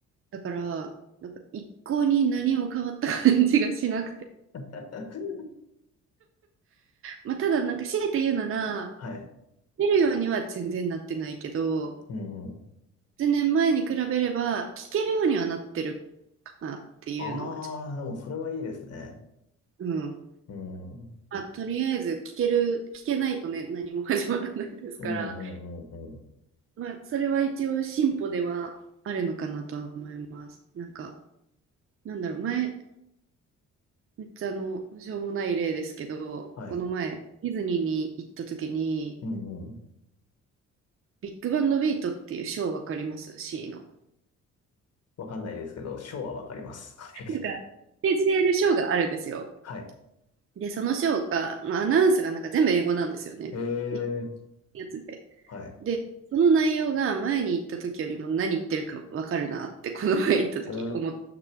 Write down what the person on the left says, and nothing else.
<laughs>
はい。
うん、うん。
あー、
でもそれはいいですね。
うん。うん、
うん、うん、うん。
はい。
うん、うん。
わかんないですけど、ショーはわかります。はい。
はい。
へえ、
はい。
お